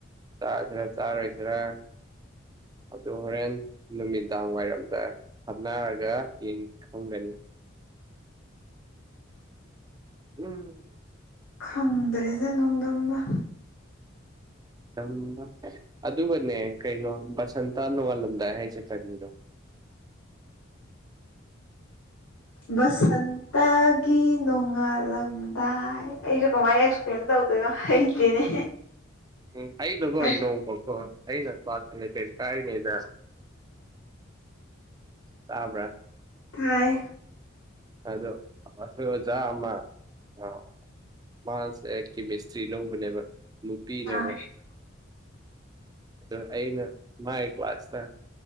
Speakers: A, on the right (about 20°); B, on the left (about 85°).
A: ꯆꯥꯁꯤꯔꯥ ꯆꯥꯔꯣꯏꯁꯤꯔꯥ ꯑꯗꯨ ꯍꯣꯔꯦꯟ ꯅꯨꯃꯤꯗꯥꯡ ꯋꯥꯏꯔꯝꯗ ꯈꯟꯅꯔꯒ ꯌꯦꯡ ꯈꯪꯒꯅꯤ ꯎꯝ
B: ꯈꯪꯗ꯭ꯔꯦꯗ ꯅꯣꯡꯗꯝꯕ
A: <unintelligible> ꯑꯗꯨꯒꯅꯦ ꯀꯩꯅꯣ ꯕꯁꯟꯇꯥ ꯅꯣꯡꯉꯥꯜꯂꯝꯗꯥꯏ ꯍꯥꯏꯁꯦ ꯀꯔꯤꯅꯣ
B: ꯕꯁꯟꯇꯒꯤ ꯅꯣꯡꯉꯥꯜꯂꯝ ꯗꯥꯏ ꯑꯩꯁꯨ ꯀꯃꯥꯏꯅ ꯑꯦꯛꯁꯄ꯭ꯂꯦꯟ ꯇꯧꯗꯣꯏꯅꯣ ꯍꯩꯇꯦꯅꯦ꯫
A: ꯎꯝ ꯑꯩꯅꯀꯣ
B: ꯊꯥꯏ
A: ꯅꯣꯡꯃꯀꯣ ꯑꯩꯅ ꯀ꯭ꯂꯥꯁ ꯏꯂꯕꯦꯟ ꯀꯥꯏꯔꯤꯉꯩꯗ ꯇꯥꯕ꯭ꯔꯥ
B: ꯇꯥꯏ꯫
A: ꯑꯗꯣ ꯑꯩꯈꯣꯏ ꯑꯣꯖꯥ ꯑꯃ ꯑ ꯃꯥꯁꯦ ꯀꯦꯃꯤꯁꯇ꯭ꯔꯤ ꯂꯧꯕꯅꯦꯕ ꯅꯨꯄꯤꯅꯦꯕ
B: ꯑꯥ
A: ꯑꯗ ꯑꯩꯅ ꯃꯥꯏ ꯀ꯭ꯂꯥꯁꯇ